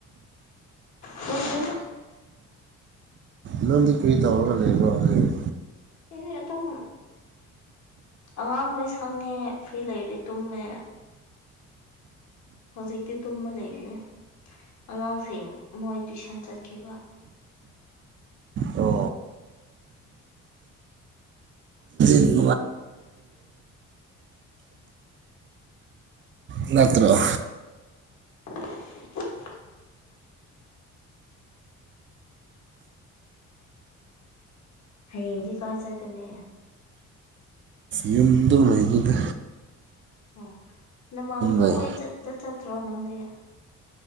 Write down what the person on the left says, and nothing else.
ꯀꯔꯤꯔ
ꯑꯩꯗꯤ ꯑꯗꯨꯝ ꯑꯉꯥꯡꯍꯣꯏ ꯁꯪꯉꯦ ꯐ꯭ꯔꯤ ꯂꯩꯔꯗꯤ ꯇꯨꯝꯃꯦ ꯍꯧꯖꯤꯛꯇꯤ ꯇꯨꯝꯃ ꯂꯩꯕꯅꯦ ꯑꯉꯥꯡꯁꯤꯡ ꯃꯣꯢ ꯇꯨꯢꯁꯟ ꯆꯠꯈꯤꯕ
<inaudible> ꯍꯌꯦꯡꯗꯤ ꯀꯥꯢ ꯆꯠꯀꯅꯤ
ꯑꯣ ꯅꯃꯥꯟꯅꯕ
ꯍꯣꯢ ꯆꯠ ꯆꯠ ꯆꯠꯇ꯭ꯔꯣ ꯅꯪꯗꯤ